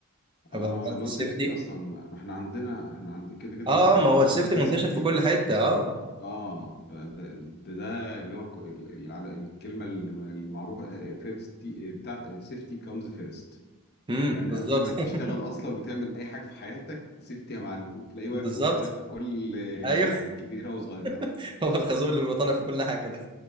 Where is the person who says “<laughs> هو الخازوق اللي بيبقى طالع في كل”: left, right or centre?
Right